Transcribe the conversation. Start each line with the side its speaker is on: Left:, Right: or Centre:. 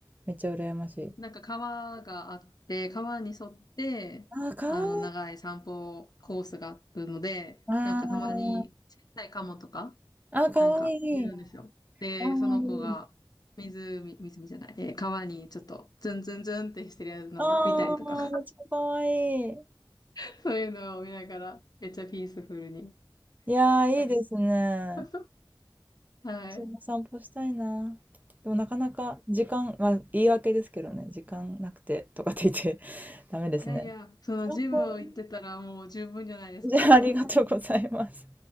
Right: めっちゃ羨ましい。
Left: うんなんか川があって、川に沿って、
Right: あー、かわいい。
Left: あの、長い散歩コースがあるので、
Right: あ
Left: なんかたまに小さいカモとか、
Right: あ、あー、かわいい。
Left: なんかいるんですよ。
Right: かわいい。
Left: で、その子が湖、湖じゃない、えー川にちょっとズンズンズンってしてるやつのを見たりとか、
Right: ああ、めっちゃかわいい。
Left: <laughs> そういうのを見ながら、めっちゃピースフルに
Right: いやー、
Left: 歩いて。
Right: いいですね。
Left: <laughs> はい。
Right: 私も散歩したいな。でもなかなか時間、まあ言い訳ですけどね、時間なくてとかって言って <laughs> ダメですね。
Left: いやいや、そのジムを行ってたらもう十分じゃないですか。
Right: 散歩、じゃあありがとうございます。